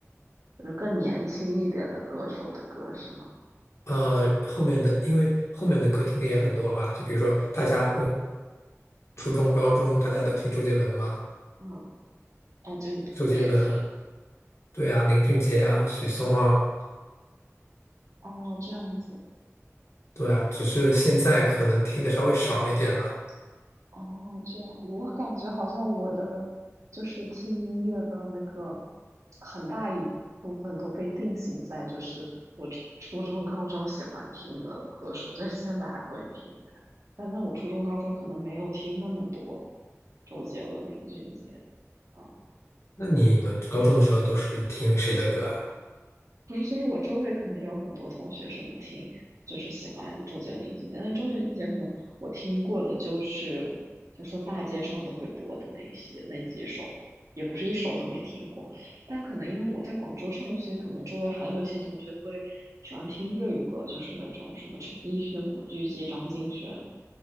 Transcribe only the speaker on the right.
就是更年轻一点的歌手的歌，是吗？
嗯，哦，就你你也听
哦，这样子。
哦，这样，我感觉好像我的就是听音乐的那个很大一部分都被定型在就是我初初中、高中喜欢听的歌手，就是现在还会听那样。但那我初中、高中可能没有听那么多周杰伦、林俊杰。嗯
不是，就是我周围可能也有很多同学什么听，就是喜欢周杰伦、林俊杰，但周杰伦、林俊杰可能我听过的就是，就说大街上都会播的那一些那几首，也不是一首都没听过。但可能因为我在广州上学，所以可能周围还有一些同学会喜欢听粤语歌，就是那种什么陈奕迅、古巨基、张敬轩，